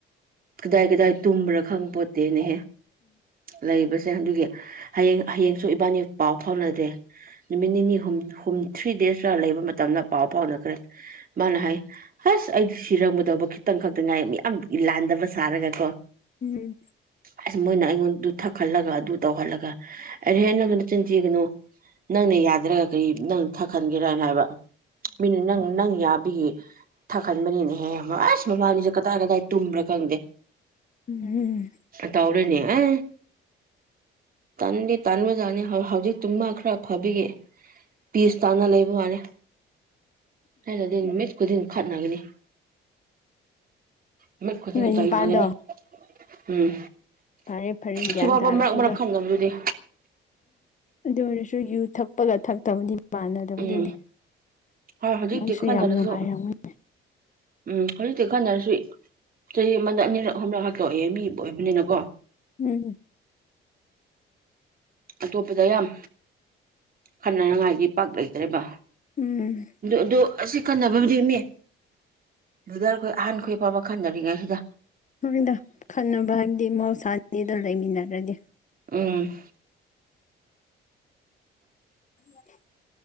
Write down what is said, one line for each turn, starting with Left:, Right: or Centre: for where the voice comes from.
Right: ꯀꯗꯥꯏ ꯀꯗꯥꯏ ꯇꯨꯝꯕ꯭ꯔ ꯈꯪꯄꯣꯠꯇꯦꯅꯦꯍꯦ ꯂꯩꯕꯁꯦ ꯑꯗꯨꯒꯤ ꯍꯌꯦꯡ ꯍꯌꯦꯡꯁꯨ ꯏꯕꯥꯟꯅꯤ ꯄꯥꯎ ꯐꯥꯎꯅꯗꯦ ꯅꯨꯃꯤꯠ ꯅꯤꯅꯤ ꯍꯨꯝꯅꯤ ꯊ꯭ꯔꯤ ꯗꯦꯁ ꯂꯩꯕ ꯃꯇꯝꯗ ꯄꯥꯎ ꯐꯥꯎꯅꯈ꯭ꯔꯦ ꯃꯥꯅ ꯍꯥꯏ ꯑꯁ ꯑꯩꯗꯤ ꯁꯤꯔꯝꯒꯗꯧꯕ ꯈꯤꯇꯪ ꯈꯛꯇ ꯉꯥꯏ ꯃꯤꯌꯥꯝ ꯂꯥꯟꯗꯕ ꯁꯥꯔꯒ ꯀꯣ
Left: ꯎꯝ
Right: ꯑꯁ ꯃꯣꯏꯅ ꯑꯩꯉꯣꯟꯗꯨ ꯊꯛꯍꯠꯂꯒ ꯑꯗꯨ ꯇꯧꯍꯜꯂꯒ ꯑꯩꯅ ꯍꯦ ꯍꯦ ꯅꯪꯖꯨ ꯅꯆꯤꯟ ꯊꯤꯒꯅꯨ ꯅꯪꯅ ꯌꯥꯗ꯭ꯔꯒ ꯀꯔꯤ ꯅꯪ ꯊꯛꯍꯟꯒꯦꯔꯅ ꯍꯥꯏꯕ ꯃꯤꯅ ꯅꯪ ꯅꯪ ꯌꯥꯕꯤꯒꯤ ꯊꯛꯍꯟꯕꯅꯤꯅꯦꯍꯦ ꯑꯁ ꯃꯕꯥꯟꯅꯤꯁꯦ ꯀꯗꯥꯏ ꯀꯗꯥꯏ ꯇꯨꯝꯕ꯭ꯔꯥ ꯈꯪꯗꯦ
Left: ꯎꯝ ꯍꯨꯝ
Right: ꯇꯧꯔꯦꯅꯤ ꯑꯦ ꯇꯟꯗꯤ ꯇꯟꯕꯖꯥꯠꯅꯤ ꯍꯧ ꯍꯧꯖꯤꯛ ꯇꯨꯡꯃ ꯈꯔ ꯐꯕꯤꯒꯤ ꯄꯤꯁ ꯇꯥꯅ ꯂꯩꯕ ꯋꯥꯅꯤ ꯑꯩ ꯑꯣꯏꯔꯗꯤ ꯅꯨꯃꯤꯠ ꯈꯨꯗꯤꯡ ꯈꯠꯅꯒꯅꯤ ꯅꯨꯃꯤꯠ ꯈꯨꯗꯤꯡ
Left: ꯅꯣꯏ
Right: ꯆꯩꯅꯒꯅꯤ
Left: ꯅꯨꯄꯥꯗꯣ
Right: ꯎꯝ
Left: ꯐꯔꯦ ꯐꯔꯦ
Right: ꯁꯤꯐꯥꯎꯕ
Left: ꯒ꯭ꯌꯥꯟ ꯇꯥꯔꯛꯄꯗꯣ
Right: ꯃꯔꯛ ꯃꯔꯛ ꯈꯪꯗꯕꯗꯨꯗꯤ
Left: ꯑꯗꯨ ꯑꯣꯏꯔꯁꯨ ꯌꯨ ꯊꯛꯄꯒ ꯊꯛꯇꯕꯗꯤ ꯃꯥꯟꯅꯗꯕꯗꯨꯗꯤ
Right: ꯎꯝ ꯍꯣꯏ ꯍꯧꯖꯤꯛꯇꯤ
Left: ꯅꯪꯁꯨ
Right: ꯈꯟꯅꯔꯁꯨ
Left: ꯌꯥꯝ ꯅꯨꯡꯉꯥꯏꯔꯝꯒꯅꯤ
Right: ꯎꯝ ꯍꯧꯖꯤꯛꯇꯤ ꯈꯟꯅꯔꯁꯨ ꯆꯍꯤ ꯑꯃꯗ ꯑꯅꯤꯔꯛ ꯑꯍꯨꯝꯂꯛ ꯍꯛꯇꯣꯛꯑꯦ ꯃꯤꯕꯨ ꯑꯣꯏꯕꯅꯤꯅꯀꯣ
Left: ꯎꯝ
Right: ꯑꯇꯣꯞꯄꯗ ꯌꯥꯝ ꯈꯠꯅꯅꯉꯥꯏꯗꯤ ꯄꯥꯛ ꯂꯩꯇ꯭ꯔꯦꯕ
Left: ꯎꯝ
Right: ꯑꯗꯨ ꯑꯗꯣ ꯑꯁꯤ ꯈꯠꯅꯕꯕꯨꯗꯤ ꯃꯤ ꯗꯥꯗꯥꯈꯣꯏ ꯑꯍꯟꯈꯣꯏ ꯐꯥꯎꯕ ꯈꯟꯗꯔꯤꯉꯩꯁꯤꯗ
Left: ꯍꯣꯏꯗ ꯈꯠꯅꯕ ꯍꯥꯏꯕꯗꯤ ꯃꯍꯧꯁꯥꯅꯤꯗꯣ ꯂꯩꯃꯤꯟꯅꯔꯗꯤ
Right: ꯎꯝ
Left: <inaudible>